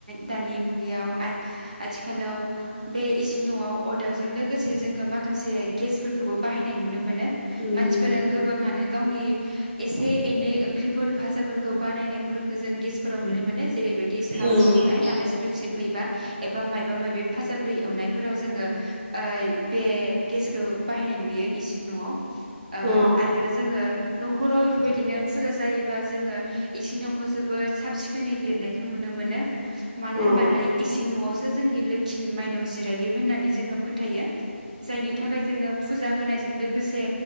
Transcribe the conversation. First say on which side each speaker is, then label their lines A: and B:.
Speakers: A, on the right; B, on the right.
A: दानि मुगा यावथ' आथिखालाव बे इसिंन'आव अरदाबजों लोगोसे जोङो माखासे गेसफोरखौबो बाहायनाय नुनो मोनो।
B: उम
A: मानसिफोरा
B: उम
A: गोबाङानो गावनि एसे -एनै ओंख्रिफोर भाजाफोरखौ बानायनायफोरखौ जों गेसफोराव नुनो मोनो। जेरैबायदि साह
B: उम
A: फुदुंनाय आलासि दुमसि फैबा एबा मायबा माबि फाजा ओंख्रि एवनायफोराव जोङो ओ बे गेसखौ बाहायनाय नुयो इसिं न'आव। ओ
B: औ
A: आरो जोङो न'खराव इफोरबायदिनो फुजा जायोबा जोङो इसिं न'खौ जोबोद साब सिखोनै लिरनायखौ नुनो मोनो। मानो
B: उम औ
A: होनबाना इसिं न'आवसो जोंनि लोखि माइनाव जिरायो होननानै जोङो फोथायो जायनि थाखाय जोङो फुजा होनायजों लोगोसे